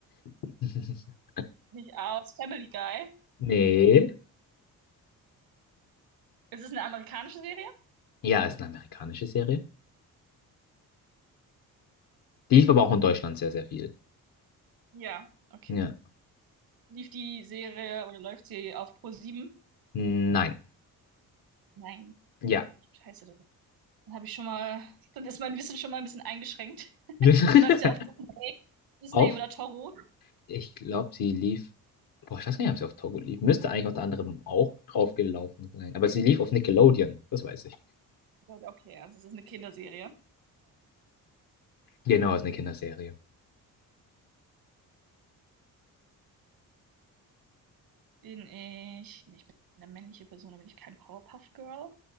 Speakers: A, on the left (about 65°); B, on the right (about 65°).
A: <laughs>
B: Nicht aus Family Guy.
A: Nee.
B: Ist es eine amerikanische Serie?
A: Ja, ist eine amerikanische Serie. Die lief aber auch in Deutschland sehr, sehr viel.
B: Ja, okay.
A: Ja.
B: Lief die Serie oder läuft sie auf Pro7?
A: Nein.
B: Nein.
A: Ja.
B: Okay, scheiße. Dann habe ich schon mal, dann ist mein Wissen schon mal ein bisschen eingeschränkt. <laughs>
A: <laughs>
B: Läuft sie auf Disney, Disney
A: Auf?
B: oder Toro?
A: Ich glaube, sie lief. Boah, ich weiß gar nicht, ob sie auf Togo lief. Müsste eigentlich unter anderem auch draufgelaufen sein. Aber sie lief auf Nickelodeon, das weiß ich.
B: Ja, Okay, also es ist eine Kinderserie.
A: Genau, ist eine Kinderserie.
B: Bin ich, nee, ich bin eine männliche Person, da bin ich kein Powerpuff Girl.